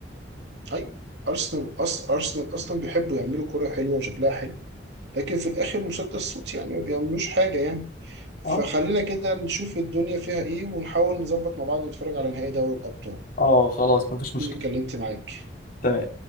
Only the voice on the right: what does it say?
اي ارسنال اصلا ارسنال اصلا بيحبوا يعملوا كره حلوه وشكلها حلو لكن في الاخر مسدس صوت يعني ما بيعملوش حاجه يعني
فخلينا كده نشوف الدنيا فيها ايه ونحاول نظبط مع بعض نتفرج على نهائي دوري الابطال
أنا اتكلمت معاك